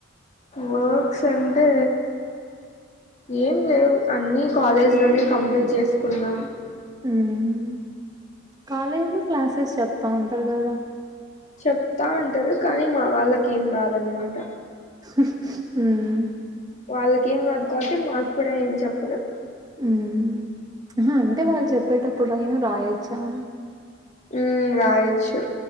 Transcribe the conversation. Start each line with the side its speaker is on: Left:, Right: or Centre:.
Left: వర్క్స్ అంటే ఏం లేవు అన్నీ కాలేజ్ లోనే కంప్లీట్ చేసుకున్నాం
Right: హ్మ్ కాలేజీలో క్లాసెస్ చెప్తా ఉంటారు కదా
Left: చెప్తా ఉంటారు కానీ మా వాళ్ళకి ఏం రాదన్మాట
Right: మ్
Left: వాళ్ళకేం రాదు కాబట్టి మాకు కూడా ఏం చెప్పరు
Right: ఉమ్ అంటే వాళ్ళు చెప్పేటప్పుడైనా రాయొచ్చా అని
Left: ఉమ్ రాయొచ్చు